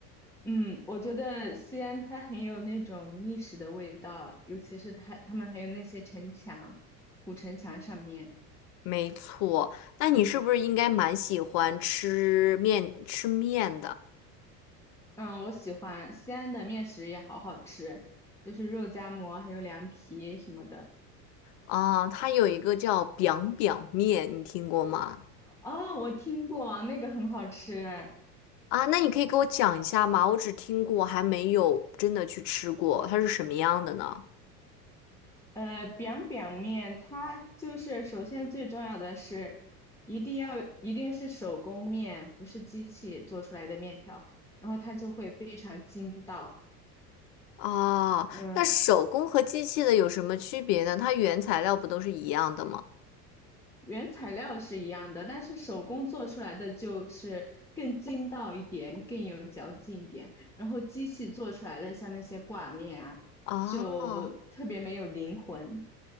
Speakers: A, in the centre; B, on the left (about 40°).
A: 嗯，我觉得西安它很有那种历史的味道，尤其是它他们还有那些城墙，古城墙上面，
B: 没错，那你是不是应该蛮喜欢吃面吃面的？
A: 嗯嗯，我喜欢西安的面食也好好吃，就是肉夹馍还有凉皮什么的。
B: 啊，它有一个叫 biang biang 面，你听过吗？
A: 哦，我听过那个很好吃，
B: 啊，那你可以给我讲一下吗？我只听过，还没有真的去吃过，它是什么样的呢？
A: 呃，biang biang 面，它就是首先最重要的是一定要一定是手工面，不是机器做出来的面条，然后它就会非常筋道。
B: 啊，
A: 嗯，
B: 那手工和机器的有什么区别呢？它原材料不都是一样的吗？
A: 原材料是一样的，但是手工做出来的就是更筋道一点，更有嚼劲一点。然后机器做出来的像那些挂面啊，
B: 啊，
A: 就特别没有灵魂。